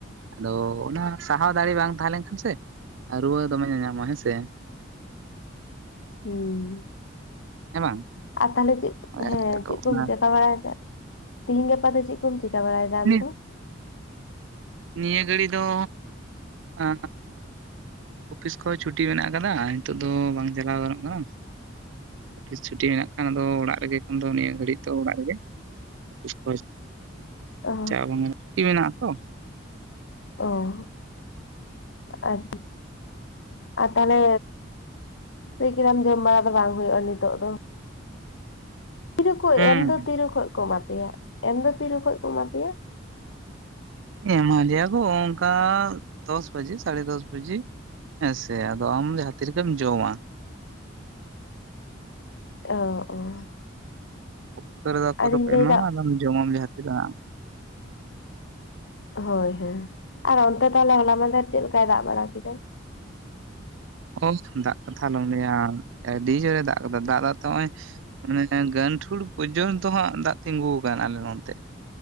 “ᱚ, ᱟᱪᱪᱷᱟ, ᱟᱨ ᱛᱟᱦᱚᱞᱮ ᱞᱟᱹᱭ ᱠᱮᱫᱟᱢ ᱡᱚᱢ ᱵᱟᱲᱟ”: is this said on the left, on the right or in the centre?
Left